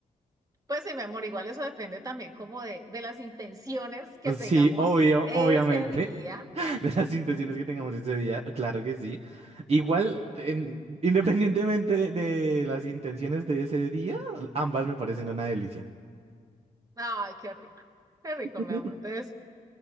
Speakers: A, on the right; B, on the right.
A: Pues sí, mi amor, igual eso depende también como de, de las intenciones que tengamos
B: Sí, obvio,
A: ese
B: obviamente.
A: día.
B: <laughs> de las intenciones que tengamos ese día, claro que sí. Igual, en- independientemente de, de las intenciones de ese día, ambas me parecen una delicia.
A: Ay, qué rico, qué rico,
B: <laughs>
A: mi amor. Entonces,